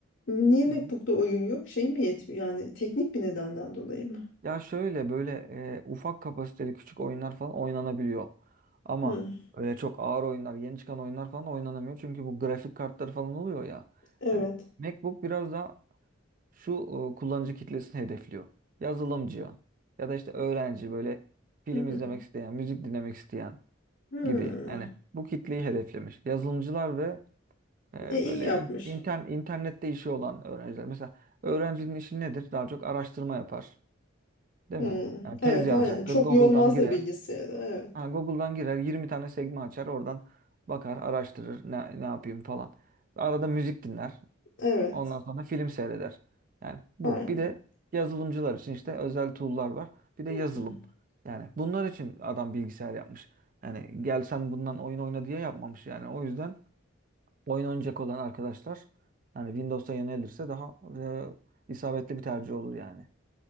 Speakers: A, on the left; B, on the right.
A: Niye MacBook'ta
B: Hı.
A: oyun yok? Şey mi yetmiyor? Yani teknik bir nedenden dolayı mı?
B: Ya şöyle böyle e, ufak kapasiteli küçük oyunlar falan oynanabiliyor. Ama
A: Hı.
B: öyle çok ağır oyunlar, yeni çıkan oyunlar falan oynanamıyor. Çünkü bu grafik kartları falan oluyor ya.
A: Evet.
B: Hani MacBook biraz daha şu e, kullanıcı kitlesini hedefliyor. Yazılımcıya ya da işte öğrenci böyle film
A: Hı hı.
B: izlemek isteyen, müzik dinlemek isteyen
A: Hı.
B: gibi. Yani bu kitleyi hedeflemiş. Yazılımcılar ve e,
A: E, iyi
B: böyle
A: yapmış.
B: in- inter- internette işi olan öğrenciler. Mesela öğrencinin işi nedir? Daha çok araştırma yapar. Değil
A: Hmm,
B: mi? Yani tez
A: evet
B: yazacaktır.
A: aynen. Çok
B: Google'dan
A: yormaz
B: girer.
A: da bilgisayarı. Evet.
B: Ha, Google'dan girer. 20 tane sekme açar. Oradan bakar, araştırır. Ne, ne yapayım falan. Arada müzik dinler.
A: Evet.
B: Ondan sonra film seyreder. Yani bu.
A: Aynen.
B: Bir de yazılımcılar için işte özel tool'lar var. Bir de
A: Hmm.
B: yazılım. Yani bunlar için adam bilgisayar yapmış. Yani gel sen bundan oyun oyna diye yapmamış. Yani o yüzden oyun oynayacak olan arkadaşlar hani Windows'a yönelirse daha e, isabetli bir tercih olur yani.